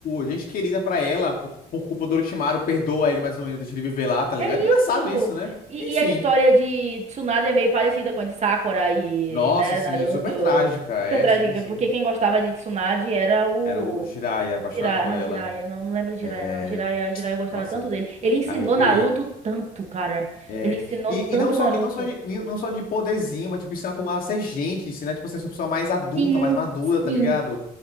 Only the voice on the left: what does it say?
gente querida pra ela, por, por culpa do Orochimaru, perdoa ele mais ou menos, deixa ele viver lá, tá ligado?
Engraçado isso, né?
Enfim.
Nossa,
sim,
super trágica,
é,
sim, sim.
Era o Jiraiya, apaixonado
por ela.
É,
nossa,
arrepiei.
É,
e,
e não só,
e não só de, e não só de poderzinho, mas, tipo, ensinar como a ser gente, ensinar, tipo, assim, a ser uma pessoa mais adulta,
mais madura, tá
ligado?